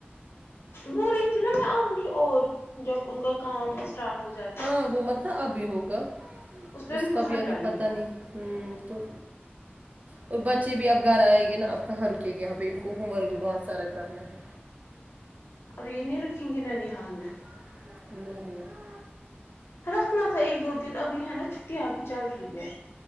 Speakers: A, on the left; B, on the right.
A: دور ہی تھی نا میں آؤں گی اور جب ان کا کام اسٹارٹ ہو جاے
B: ہاں وہ مت ابھی ہوگا
A: پہ
B: اس کا
A: بہت
B: بھی ابھی
A: ٹائم
B: پتا
A: ہے
B: نہیں ہمم تو اور بچے بھی اب گھر آئیں گے نا آب کہاں رکے گے یہاں پہ ان کو ہوم ورک بھی بہت سارا کرنا ہے
A: اب یہ نہیں رکیں گے نینی حال میں
B: <unintelligible>
A: رکھنا تھا ایک دو دن ابھی ہے نا چھٹیاں ا بھی چل رہی ہے